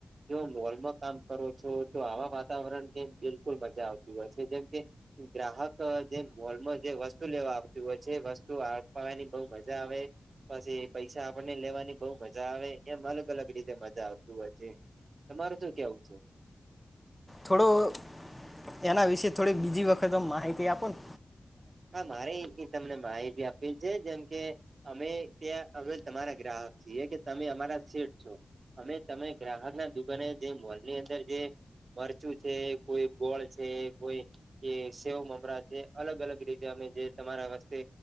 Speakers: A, on the right (about 55°); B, in the centre.
A: જો મોલમાં કામ કરો છો તો આવા વાતાવરણની બિલકુલ મજા આવતી હોય છે જેમ કે ગ્રાહક ક જે મોલમાં જે વસ્તુ લેવા આવતી હોય છે એ વસ્તુ આપવાની બહું મજા આવે પછી એ પૈસા આપણને લેવાની બહુ મજા આવે એમ અલગ અલગ રીતે મજા આવતી હોય છે. તમારે શું કેવું છે?
B: થોડું એના વિશે થોડી બીજી વખત માહિતી આપો ન
A: હા મારે એ તમને માહિતી આપી છે જેમ કે અમે ત્યાં અમે તમારા ગ્રાહક છીએ કે તમે અમારા શેઠ છો. અમે તમે ગ્રાહક ના દુકાને જે મોલની અંદર જે મરચું છે કોઈ ગોળ છે કોઈ એ સેવ મમરા છે અલગ અલગ રીતે અમે જે તમારા વસ્તે